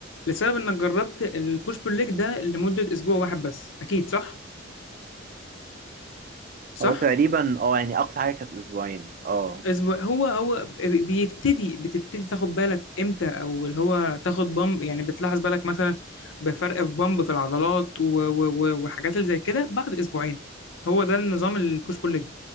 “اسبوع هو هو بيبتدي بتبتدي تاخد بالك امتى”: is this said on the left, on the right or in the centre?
Left